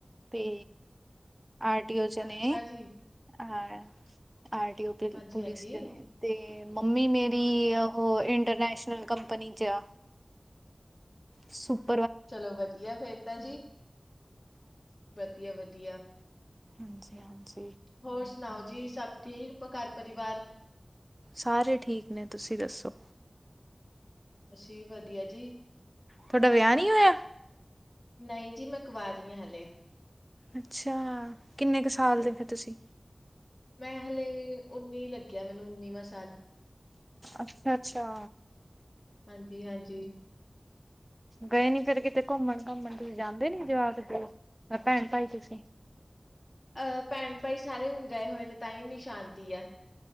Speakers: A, on the right; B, on the left.
A: ਤੇ, ਆਰਟੀਓ ਚ
B: ਅੱਛਾ
A: ਨੇ
B: ਜੀ।
A: ਹ ਆਰ ਓ ਪੁਲਿਸ
B: ਹਾਂਜੀ-ਹਾਂਜੀ।
A: ਚ ਨੇ ਤੇ, ਮੰਮੀ ਮੇਰੀ ਉਹ ਇੰਟਰਨੈਸ਼ਨਲ ਕੰਪਨੀ ਚ ਆ। ਸਪ
B: ਚਲੋ ਵਧੀਆ ਫੇਰ ਤਾਂ ਜੀ, ਵਧੀਆ-ਵਧੀਆ,
A: ਹਾਂਜੀ-ਹਾਂਜੀ,
B: ਹੋਰ ਸੁਣਾਓ? ਜੀ ਸਭ ਠੀਕ ਘਰ ਪਰਿਵਾਰ?
A: ਸਾਰੇ ਠੀਕ ਨੇ, ਤੁਸੀਂ ਦੱਸੋ?
B: ਅਸੀਂ ਵਧੀਆ ਜੀ,
A: ਤੁਹਾਡਾ ਵਿਆਹ ਨਹੀਂ ਹੋਇਆ?
B: ਨਹੀਂ ਜੀ ਮੈਂ ਕਵਾਰੀ ਆਂ ਹਲੇ,
A: ਅੱਛਾ, ਕਿੰਨੇ ਕੁ ਸਾਲ
B: ਹਾਂਜੀ
A: ਦੇ ਫਿਰ ਤੁਸੀਂ?
B: ਮੈਂ ਹਲੇ ਉੱਨੀ ਲੱਗਿਆ ਮੈਨੂੰ ਉੱਨੀਵਾਂ ਸਾਲ,
A: ਅੱਛਾ-ਅੱਛਾ,
B: ਹਾਂਜੀ-ਹਾਂਜੀ,
A: ਗਏ ਨੀ ਫਿਰ ਕਿਤੇ ਘੁੰਮਣ ਘਾਮਣ ਤੁਸੀਂ ਜਾਂਦੇ ਨੀ ਜਵਾਕ? ਮੈਂ ਭੈਣ ਭਾਈ ਤੁਸੀਂ?
B: ਅਹ ਭੈਣ ਭਾਈ ਸਾਰੇ ਹੁਣ ਗਏ, ਹੋਏ ਨੇ ਤਾਂ ਹੀ ਐਨੀ ਨਿਸ਼ਾਂਤੀ ਹੈ।